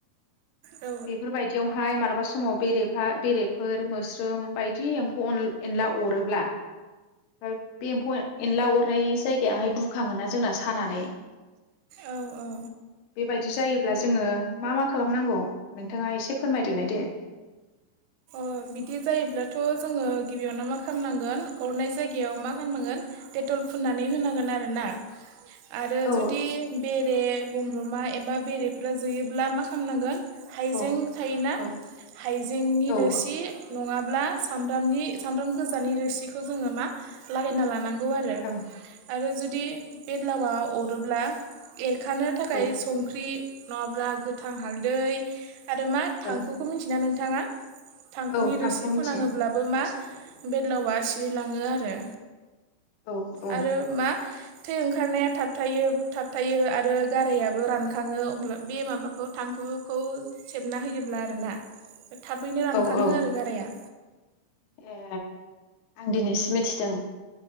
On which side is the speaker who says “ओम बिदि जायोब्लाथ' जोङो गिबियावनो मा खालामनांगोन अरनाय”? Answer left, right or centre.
Right